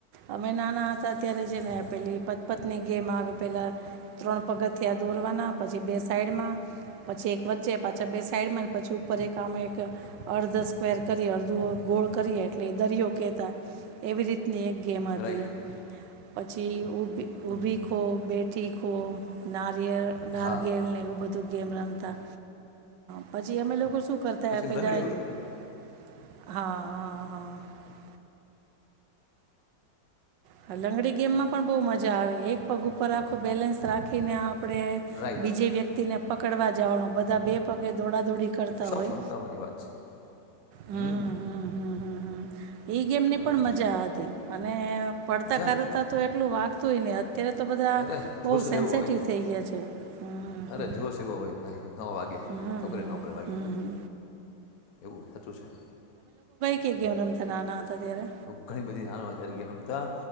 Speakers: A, on the right; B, on the left.
A: અમે નાના હતા અત્યારે જે ને
B: હમ
A: પેલી પતપથની ગેમ આવે પહેલાં ત્રણ પગથિયાં દોરવાના
B: હમ
A: પછી બે સાઈડમાં પછી એક વચ્ચે પાછા બે સાઈડમાં ને પછી ઉપર એક આમાં એક અર્ધ સ્કવેર કરી દુઅ ગોળ
B: હમ
A: કરીએ એટલે એ દરિયો કેતા એવી રીત ની એક ગેમ હતી.
B: રાઈટ
A: પછી ઉબ
B: હમ
A: ઉભી
B: હમ
A: ખો બેઠી ખો ના ગેલ નાર્ગેલ
B: હા
A: ને એવું બધું ગેમ રમતા પછી અમે લોકો શું. કરતા
B: પછી
A: પહેલા.
B: લંગડી આવતી
A: હા હા હા. હ લંગડી ગેમમાં પણ બઉ મજા આવે એક પગ ઉપર આખું બેલેન્સ રાખીને આ આપણે
B: રાઈટ
A: બીજે વ્યક્તિને. પકડવા જવાનું બધા બે પગે દોડા-દોડી. કરતા
B: ક્ષમતાઓની
A: હોય
B: વાત છે
A: હમ્મ,
B: હમ
A: હમ્મ, હમ્મ, હમ્મ. એ ગેમ ને
B: બરોબર
A: પણ મ મજા
B: છે
A: હતી અને પડતા
B: મજા
A: કરતા
B: જ
A: તો એટલું વાક તો ઈને. અત્યારે તો બધા
B: અરે
A: બહુ
B: જોશ જેવો
A: સેન્સેટિવ
B: હોય
A: થઈ ગયા છે. હમ
B: અરે
A: હમ
B: જોશ એવો હોય ભાઈ નો વાગે
A: હમ
B: ખબરે
A: હમ
B: નો પડે વાગી
A: હમ હમ
B: હોય એ એવું હતું.
A: કે ગેમ રમતાં નાના હતા ત્યારે?
B: ઘણી બધી નાનો હતા ત્યારે ગેમ રમતાં